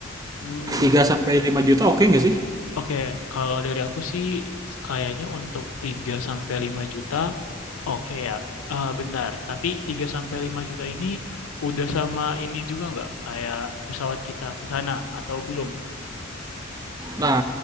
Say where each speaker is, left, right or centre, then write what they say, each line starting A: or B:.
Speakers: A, on the left; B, on the right.
A: Hmm,
B: 3 sampai lima juta oke nggak sih?
A: oke, Kalau dari aku sih kayaknya untuk 3 sampai 5 juta oke ya. Eh bentar, tapi 3 sampai 5 juta ini udah sama ini juga nggak kayak pesawat kita ke sana atau belum?
B: Nah,